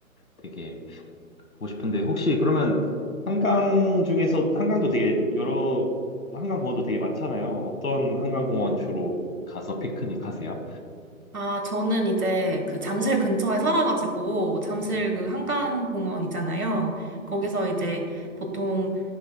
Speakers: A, on the left; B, on the right.
A: 되게 하고 싶은데 혹시 그러면 한강 중에서 한강도 되게 여러 한강 공원도 되게 많잖아요. 어떤 한강 공원 주로 가서 피크닉 하세요?
B: 아, 저는 이제 그 잠실 근처에 살아가지고 잠실
A: 음.
B: 그 한강공원 있잖아요. 거기서 이제 보통